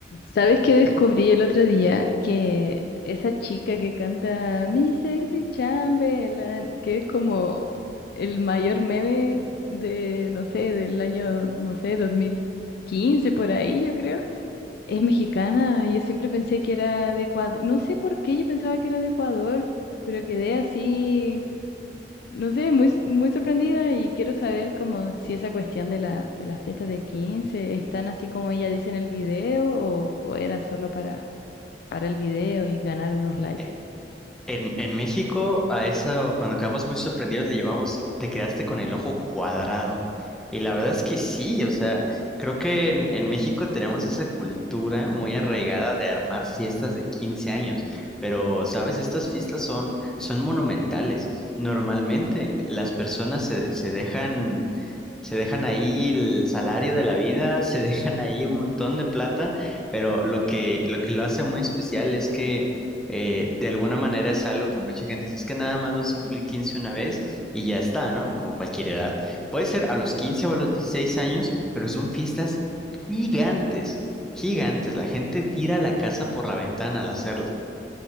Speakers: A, on the left; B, in the centre.
A: ¿Sabes qué descubrí el otro día? Que esa chica que canta Mi Sexy Chamberlain, que es como el mayor meme de, no sé, del año, no sé, dos mil quince por ahí, yo creo. Es mexicana, yo siempre pensé que era de Ecuador. No sé por qué yo pensaba que era de Ecuador, pero quedé así no sé, muy, muy sorprendida y quiero saber como si esa cuestión de la, de las fiestas de 15 están así como ella dice en el video o, o era solo para, para el video y ganar unos likes.
B: E- En, en México, a eso, cuando quedamos muy sorprendidos, le llamamos, te quedaste con el ojo cuadrado. Y la verdad es que sí, o sea, creo que en, en México tenemos esa cultura muy arraigada de armar fiestas de 15 años. Pero, ¿sabes? Estas fiestas son, son monumentales. Normalmente las personas se, se dejan, se dejan ahí el salario de la vida, <laughs> se dejan ahí un montón de plata, pero lo que, lo que lo hace muy especial es que eh, de alguna manera es algo que mucha gente dice, es que nada más vas a cumplir 15 una vez y ya está, ¿no? Como cualquier edad. Puede ser a los 15 o a los 16 años, pero son fiestas gigantes, gigantes. La gente tira la casa por la ventana al hacerla.